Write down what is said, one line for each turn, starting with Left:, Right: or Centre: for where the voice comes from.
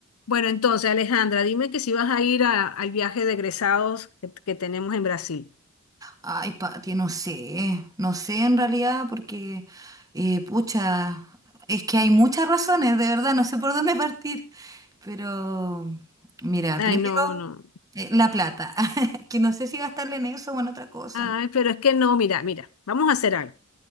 Left: Bueno, entonces, Alejandra, dime que si vas a ir a- al viaje de egresados que, que tenemos en Brasil.
Right: Ay, Pati, no sé, no sé en realidad porque, eh, pucha, es que hay muchas razones, de verdad, no sé por dónde partir, pero mira,
Left: Ay,
Right: primero,
Left: no, no.
Right: eh, la plata, <laughs> que no sé si gastarla en eso o en otra cosa.
Left: Ay,
Right: ¿no?
Left: pero es que no, mira, mira, vamos a hacer algo.